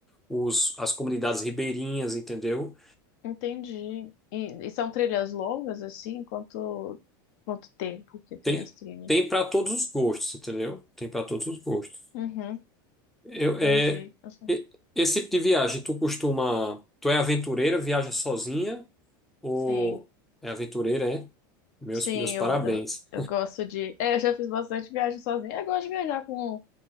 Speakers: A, in the centre; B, on the left.
A: os, as comunidades ribeirinhas, entendeu?
B: entendi. E, e são trilhas longas, assim? Quanto, quanto tempo que tem
A: Tem,
B: as trilhas?
A: tem para todos os gostos, entendeu? Tem para todos os gostos.
B: Uhum,
A: Eu, é,
B: entendi. Eu sou-
A: e- esse tipo de viagem, tu costuma. Tu é aventureira, viaja sozinha? O
B: Sim,
A: é aventureira, é? Meus,
B: sim,
A: meus parabéns.
B: eu, eu, eu gosto de. É, eu já fiz bastante viagem sozinha. Eu gosto de viajar com